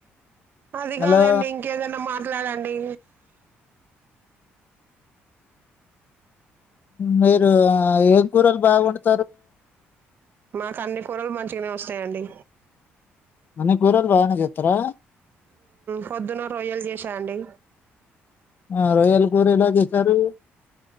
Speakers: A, on the right; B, on the left.
A: అది
B: హలో
A: కాదండి ఇంకేదన్నా మాట్లాడండి.
B: మీరు ఏం కూరలు బాగవండుతారు?
A: మాకు అన్ని కూరలు మంచిగానే వస్తాయండి.
B: అన్ని కూరలు బాగానే చేస్తారా
A: పొద్దున్న రోయ్యలు చేసాండి.
B: ఆ రొయ్యల కూర ఎలా చేశారు.